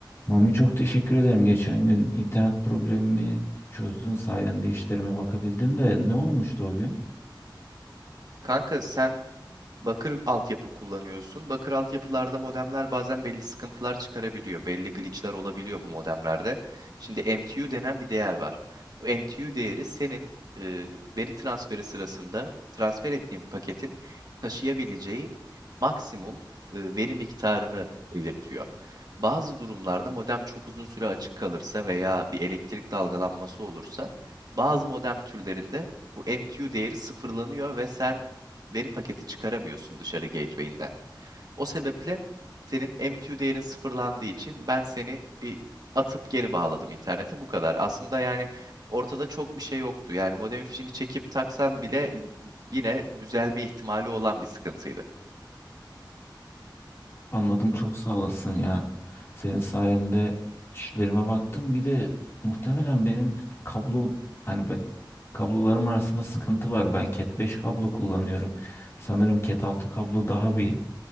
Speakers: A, on the left (about 35°); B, on the right (about 55°).
A: Mami çok teşekkür ederim. Geçen gün internet problemimi çözdün sayende işlerime bakabildim de ne olmuştu o gün?
B: Kanka sen bakır altyapı kullanıyorsun. Bakır altyapılarda modemler bazen belli sıkıntılar çıkarabiliyor. Belli glitchler olabiliyor bu modemlerde. Şimdi MTU denen bir değer var. Bu MTU değeri senin e, veri transferi sırasında transfer ettiğin paketin taşıyabileceği maksimum e, veri miktarını belirtiyor. Bazı durumlarda modem çok uzun süre açık kalırsa veya bir elektrik dalgalanması olursa bazı modem türlerinde bu MTU değeri sıfırlanıyor ve sen veri paketi çıkaramıyorsun dışarı gateway'inden. O sebeple senin MTU değerin sıfırlandığı için ben seni bir atıp geri bağladım internete bu kadar. Aslında yani ortada çok bir şey yoktu. Yani modemin fişini çekip taksan bile yine düzelme ihtimali olan bir sıkıntıydı.
A: Anladım çok sağ olasın ya. Senin sayende işlerime baktım. Bir de muhtemelen benim kablom hani ben kablolarım arasında sıkıntı var. Ben Cat 5 kablo kullanıyorum. Sanırım Cat 6 kablo daha bir